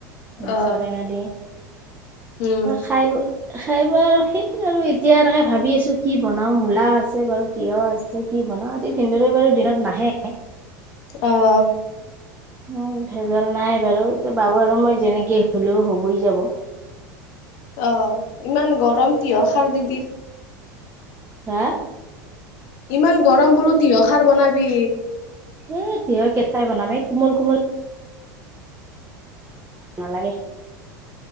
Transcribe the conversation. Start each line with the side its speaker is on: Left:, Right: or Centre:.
Right: মেষ্টা
Left: অ
Right: টেঙা দি।
Left: উম
Right: খায় বৈ খায় বৈ আৰু সেইটো আৰু এই এতিয়া তাকে ভাবি আছো কি বনাও মূলা আছে বাৰু তিঁয়হ আছে কি বনাওঁ, আজি ভিনদেওৰে বাৰু দিনত নাহে।
Left: অহ।
Right: উম ভেজাল নাই বাৰু এতিয়া বাবু আৰু মই যেনেকে হ'লেও হবই যাব।
Left: অ ইমান গৰম তিঁয়হ সাৰ দিবি
Right: হা?
Left: ইমান গৰম বোলো তিঁয়হ খাৰ বনাবি।
Right: এ তিয়হ কেঁচাই বনাম এই কোমল কোমল নালাগে।